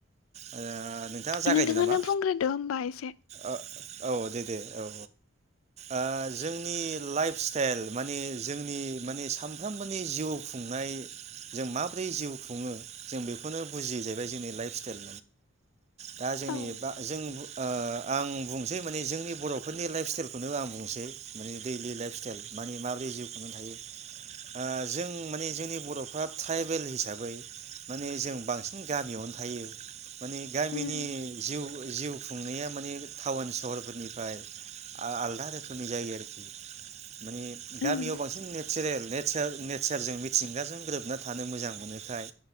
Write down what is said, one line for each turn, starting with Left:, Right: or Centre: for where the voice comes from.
Right: ओ नोंथाङा जागायदो
Left: नोंथाङानो
Right: नामा
Left: बुंग्रोदो होमबा एसे
Right: ओ औ दे दे औ औ ओ जोंनि लाइफ स्टाइल मानि जोंनि मानि सामफ्रोम नि जिउ खुंनाय जों माब्रै जिउ खुङो जों बेखौनो बुजियो जाहैबाय जोंनि लाइफ स्टाइल दा जोंनि
Left: औ
Right: बा जों बु ओ आं बुंनोसै माने जोंनि बर'फोरनि लाइफ स्टाइलखौनो आं बुंनोसै माने दैलि लाइफ स्टाइल मानि माबोरै जिउ खुंनानै थायो ओ जों माने जोंनि बर'फ्रा ट्राइबेल हिसाबै बै माने जों बांसिन गामियावनो थायो माने गामिनि
Left: उम
Right: जिउ जिउ खुंनाया माने टाउन सहरफोरनिफ्राय आ आलदा रोखोमनि जायो आरोखि माने गामियाव
Left: उम
Right: बांसिन नेचेरेल नेसार नेसारजों मिथिंगाजों ग्रोबना थानो मोजां मोनो खाय